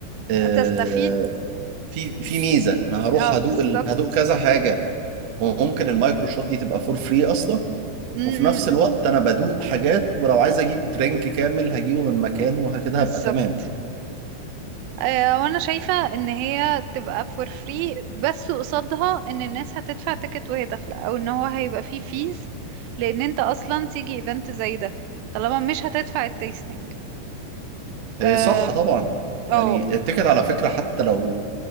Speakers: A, on the right; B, on the right.
A: آه،
B: تستفيد
A: في في ميزة انا هروح
B: اه بالظبط
A: هدوق ال... هدوق كذا حاجة وممكن المايكرو شوت دي تبقى فور فري اصلا
B: مم،
A: وفي
B: مم،
A: نفس
B: مم.
A: الوقت انا بدوق حاجات ولو عايز اجيب درينك كامل هجيبه من مكان وهكذا
B: بالظبط
A: هبقى تمام
B: آه، وانا شايفة ان هي تبقى فور فري بس قصادها ان الناس هتدفع تيكت وهي داخلة او ان هو هيبقى فيه فيز لان انت اصلا تيجي ايفنت زي ده طالما مش هتدفع التيستنج اه
A: إيه صح طبعا
B: أو،
A: يعني التيكت على فكرة حتى لو